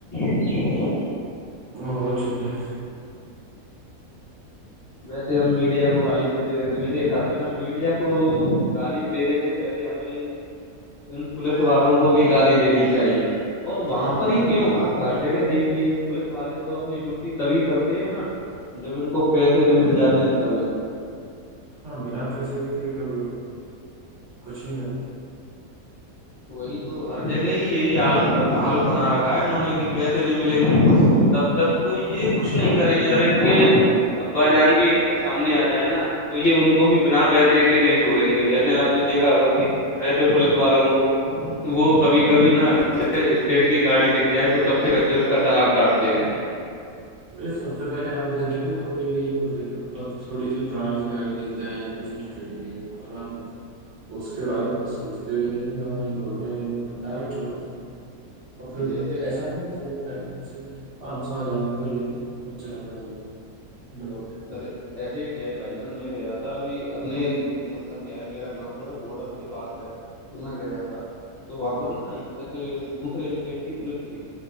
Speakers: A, on the left (about 55°); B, on the right (about 60°).
A: ہ
B: وہ ہو چکے ہیں
A: ویسے ہم میڈیا کو گالی دیتے میرے حساب سے نا میڈیا کو گالی دینے سے پہلے ہمیں ان پولیس والوں کو بھی گالی دینی چاہیے اور وہاں پر ہی کیوں آپ ہر جگہ دیکھیے پوولس والے تو اپنی ڈیوٹی تبھی کرتے نا جب ان کو پیسے مل جاتے ہیں تبھی
B: ہاں بنا پیچے کے تو یہ لوگ کچھ نہیں کرتے
A: وہی تو ہر جگہ ہی یہی حالت حالت بنا رکھا ہے انہوں نے کہ پیسے نہیں ملیں گے تب تک تو یہ کچھ نہیں کریں گے اگر ان کے ابا جان بھی ان کے سامنے آ جائے نا تو یہ ان کو بھی بنا پیسے کے نہیں چھوڑیں گے جیسے آپ نے دیکھا ہوگا کہ ٹریفک پولیس والوں کو وہ کبھی کبھی نہا دوسرے اسٹیٹ کی گاڑی دکھ جائے تو سب سے پہلے اس کا چالان کاٹتے ہیں
B: ارے سب سے پہلے آپ د دیکھے رگول گئیے تو اور چھوٹی سی پرانی سی گاڑی دکھتا ہے یا تو سے ٹی و کررن اس کے بارے میں کچھ سوچتے ہی نہیں ن ہم یہ روکنا یہ روگنا ڈائریکٹ لوکتے ہیں اور پھر
A: جیسے
B: ایسا نہیں پانچ سو ہزار میں لے اور چلا گائے بھائی ڈر
A: ارے ایسے ہی کیا ہے بھائی جان میں گیا تھا ابھی اپنے مطلب کیا ہے میرا گاؤں تھوڑا بارڈر کے پاس ہے تو میں گیا تھا تو وہاں پر نا جیسے دوسرے اسٹیٹ کی پوولس تھی